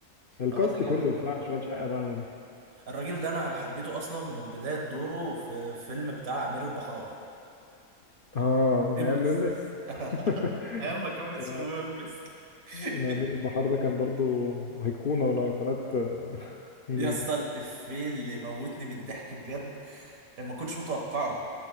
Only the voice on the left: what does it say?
الكاست
كله
بتاع شغال شقة ده عالمي
اه من
ايام ممس
<laughs>
يا
انا امير البحار ده كان برضه ايقونة من ايقونات آه، هنيدي